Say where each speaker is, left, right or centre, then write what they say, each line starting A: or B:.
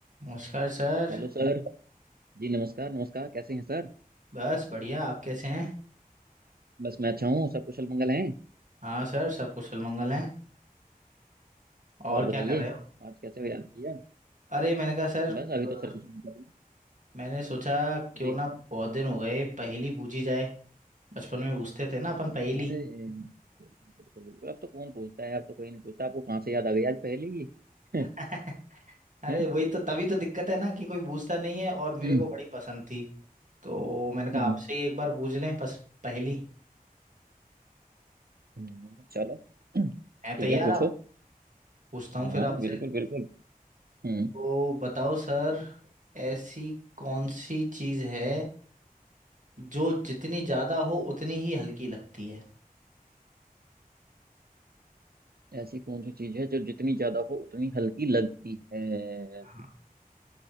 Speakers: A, on the right; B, on the right.
A: नमस्कार सर
B: Hello sir Ji नमस्कार नमस्कार कैसे हैं सर
A: बस बढ़िया आप कैसे हैं
B: बस मैं अच्छा हूँ सब कुशल मंगल हैं
A: हाँ सर सब कुशल मंगल हैं और
B: और
A: क्या
B: बताइए
A: कर रहे हो
B: आज कैसे याद किया
A: अरे मैंने कहा सर
B: बस अभी
A: अ,
B: तो सर कुछ नहीं कर रहे
A: मैंने सोचा क्यों
B: जी
A: ना बहुत दिन हो गए पहेली पूछी जाए बचपन में पूछते थे ना अपन पहेली
B: अरे बिल्कुल बिल्कुल अब तो कौन पूछता है अब तो कोई नहीं पूछता आपको कहाँ से याद आ गई आज पहले ही <laughs>
A: <laughs> अरे
B: हैं?
A: वही तो तभी तो दिक्कत है ना कि कोई पूछता नहीं है और मेरे
B: हम्म
A: को बड़ी पसंद थी तो मैंने कहा
B: हम्म,
A: आपसे ही एक बार पूछ लें बस पहेली
B: हम्म, चलो ठीक
A: हैं तैयार
B: है पूछो
A: आप पूछता हूँ फिर
B: हाँ
A: आपसे
B: बिल्कुल बिल्कुल हम्म
A: तो बताओ सर ऐसी कौन सी चीज़ है जो जितनी ज्यादा हो उतनी ही हल्की लगती है
B: ऐसी कौन सी चीज़ है जो जितनी ज्यादा हो उतनी हल्की लगती है
A: हाँ